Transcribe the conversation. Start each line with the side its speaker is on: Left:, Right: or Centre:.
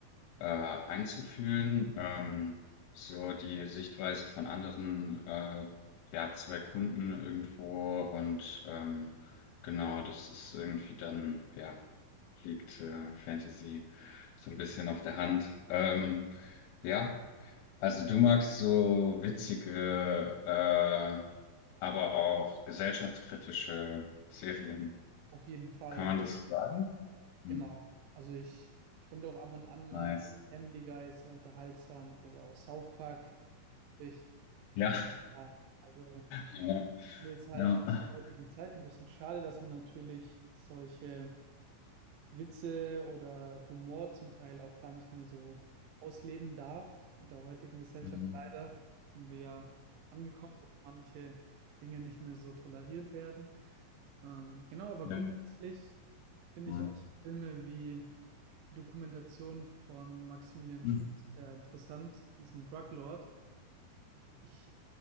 Left: äh, einzufühlen, ähm, so die Sichtweise von anderen äh, ja, zu erkunden irgendwo. Und ähm, genau, das ist irgendwie dann, ja, liegt äh, Fantasy so ein bisschen auf der Hand. Ähm, ja. Also du magst so witzige, äh, aber auch gesellschaftskritische Serien.
Right: Auf jeden Fall,
Left: Kann man das sagen?
Right: genau.
Left: Hm,
Right: Also ich finde auch ab und an mal
Left: Nice.
Right: Family Guy ist sehr unterhaltsam oder auch South Park. Ich,
Left: Ja.
Right: ja, also
Left: Ja. <laughs>
Right: mir ist halt
Left: Ja.
Right: auch
Left: Ja.
Right: in der heutigen Zeit ein bisschen schade, dass man natürlich solche Witze oder Humor zum Teil auch gar nicht mehr so ausleben darf. In der heutigen Gesellschaft
Left: Hm,
Right: leider sind wir ja angekommen, dass manche Dinge nicht mehr so toleriert werden. Ähm, genau, aber
Left: ja,
Right: grundsätzlich finde
Left: cool.
Right: ich auch Filme wie die Dokumentation von Maximilian
Left: Hm.
Right: Schmidt sehr interessant, diesen Drug Lord. Ich